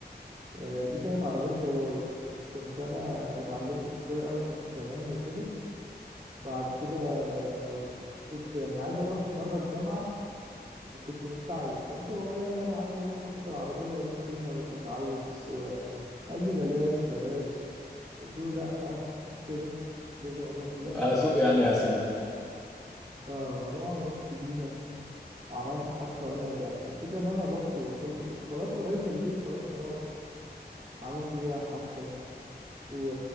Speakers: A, on the right; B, in the centre.
A: آه، دي كانت عربية بابايا كنت انا اتعلمت سواقة وكنت تمام وكده بعد كده كنت يعني عايز اروح مره الجامعه وكنت مستعجل فقلت لبابايا ايه انا عايز اروح اخد العربيه اروح بيها واتعود السواقه قال لي بلاش بلاش قلت له لا وكده لازم اروح بيها
B: هسوق يعني هسوق
A: اه فطبعا رحت بيها وعملت حادثه وانا يعني الفكره ان انا رحت ووصلت وكنت خلاص قريب من البيت خلاص مروح عملت بيها حادثه و...